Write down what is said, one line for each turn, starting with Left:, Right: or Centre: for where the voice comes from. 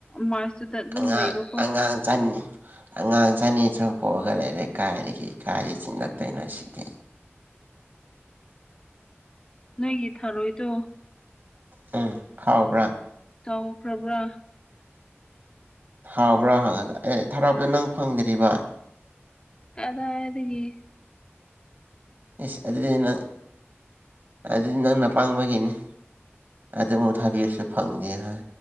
Left: ꯃꯥꯔꯁꯇꯨꯗ ꯑꯗꯨꯝ
Right: ꯑꯉꯥꯡ
Left: ꯂꯩꯔꯣꯀꯣ
Right: ꯑꯉꯥꯡ ꯆꯟ ꯑꯉꯥꯡ ꯆꯅꯤ ꯁꯨꯝ ꯄꯣꯛꯑꯒ ꯂꯩꯔꯦ ꯀꯥꯏꯔꯤꯗꯒꯤ ꯏ ꯀꯥꯏꯁꯤ ꯁꯤ ꯅꯠꯇꯦꯅ ꯁꯤꯗꯤ
Left: ꯅꯣꯏꯒꯤ ꯊꯥꯔꯣꯏꯗꯣ
Right: ꯎꯝ ꯍꯥꯎꯕ꯭ꯔ
Left: ꯆꯥꯎꯈ꯭ꯔꯕ꯭ꯔꯥ
Right: ꯍꯥꯎꯕ꯭ꯔꯥ ꯍꯪꯉꯒ ꯑꯦ ꯊꯔꯥꯞꯇ ꯅꯪ ꯐꯪꯗ꯭ꯔꯤꯕ
Left: ꯀꯘꯥꯏꯘꯒꯤ
Right: ꯏꯁ ꯑꯗꯨꯗꯤ ꯅꯪ ꯑꯗꯨꯗꯤ ꯅꯪꯅ ꯄꯡꯕꯒꯤꯅꯤ ꯑꯗꯨꯪꯥꯎ ꯊꯥꯕꯤꯔꯁꯨ ꯐꯪꯗꯦ ꯍꯥꯏ